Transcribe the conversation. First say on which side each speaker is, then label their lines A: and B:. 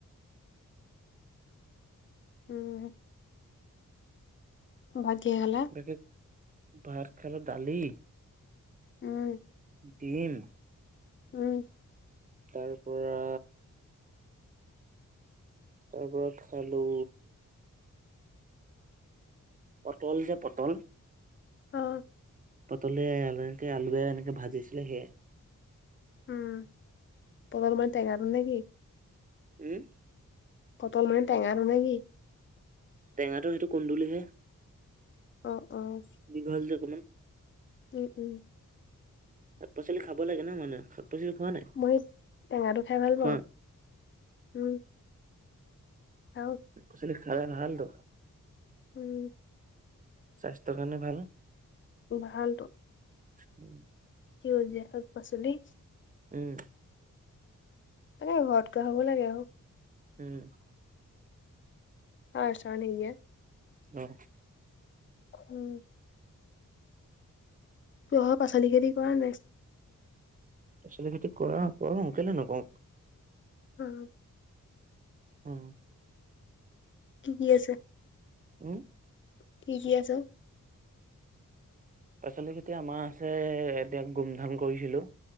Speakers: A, on the left (about 40°); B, on the right (about 25°).
A: উম। ভাত কিহে খালা?
B: তাকে ভাত খালো দালি
A: উম।
B: দিম।
A: উম।
B: তাৰ পৰা। তাৰ পৰা খালো। পটল যে পটল।
A: অঁ।
B: পটল এনেকে আলুে এনেকে ভাজিছিলে সেয়া।
A: উম পটল মান টেঙাটো নেকি?
B: <unintelligible>
A: পটল মানে টেঙাটো নেকি?
B: টেঙাটো সেইটো কুন্দুলিহে।
A: অঁ অঁ।
B: দীঘল যে অকমান।
A: উম উম।
B: শাক -পাচলি খাব লাগে ন মানুহে শাক -পাচলি খোৱা নাই
A: মই টেঙাটো খাই ভাল
B: খোৱা?
A: পাওঁ উম। <unintelligible>
B: পচ খাইা ন হালটো
A: উম
B: স্বাস্থ্যৰ কাৰণে ভাল
A: ভালতো
B: উম
A: কি হল যোয় শাক পাচলি
B: উম
A: এান ঘৰতটো হ'ব লাগে আৰু
B: উম
A: হছানিয়
B: অ
A: উম তোৰহৰ পাচলি খেতি কৰা নাই
B: পাচলিতি কৰা কৰ কেলেনো কক
A: উম
B: উম
A: কি কি আছে
B: উম
A: কি কি আছো
B: পাচলিকেইতিয়া আমাৰ আছে এতিয়া গুমধাম কৰিছিলোঁ